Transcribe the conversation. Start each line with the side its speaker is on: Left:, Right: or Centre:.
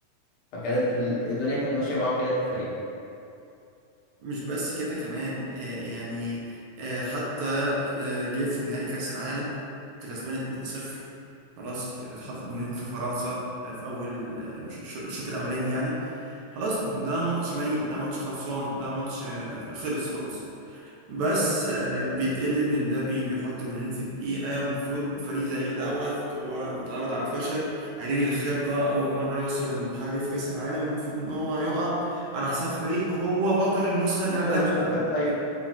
Left: فكانت ال- الدنيا كانت ماشيه معاهم كده في الفريق
Right: مش بس كده كمان آه يعني آه حتى آه جه في نهائي كاس العالم كنت كسبان 2-0 خلاص كانت حاطط جونين في فرنسا آه في اول آه الش- الشوط الاولاني يعني خلاص ده ماتش ميت ده ماتش خلصان ده ماتش آه خلص خلاص بس
Left: امم
Right: آه، بيتقلل من ده بي- بيحط جونين في دقيقة المفروض فريق زي دوت هو متعود على الفشل قليل الخبرة أول مرة يوصل للمرحلة دي في كأس العالم المفروض إن هو هيقع على حساب فريق هو بطل النسخة اللي
Left: بطل
Right: قبلها
Left: النسخه
Right: يعني
Left: اللي فاتت ايوه
Right: هو